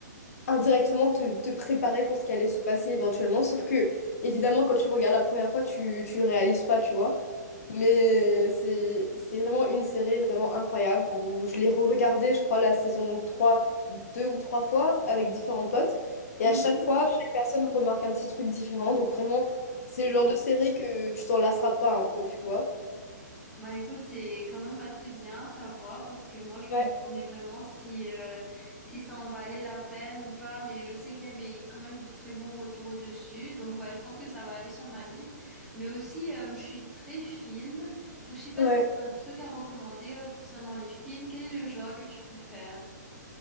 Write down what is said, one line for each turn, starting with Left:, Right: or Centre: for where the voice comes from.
Left: indirectement te, te préparer pour ce qui allait se passer éventuellement. Sauf que, évidemment, quand tu regardes la première fois, tu, tu le réalises pas, tu vois. Mais c'est c'est vraiment une série vraiment incroyable où je l'ai re-regardée, je crois, la saison 3 deux ou trois fois avec différents potes. Et
Centre: Mhm.
Left: à chaque fois, chaque personne remarque un petit truc différent. Donc vraiment, c'est le genre de série que tu t'en lasseras pas un peu, tu vois.
Centre: Bah écoute, c'est quand même assez bien à savoir parce que moi je
Left: Ouais,
Centre: me demandais vraiment si, euh, si ça en valait la peine ou pas, mais je sais qu'il y avait quand même de très bons retours dessus, donc ouais, je pense que ça va aller sur ma liste. Mais aussi, euh, je suis très film, donc je sais pas
Left: ouais.
Centre: si tu as un truc à recommander euh, concernant les films, quel est le genre que tu préfères?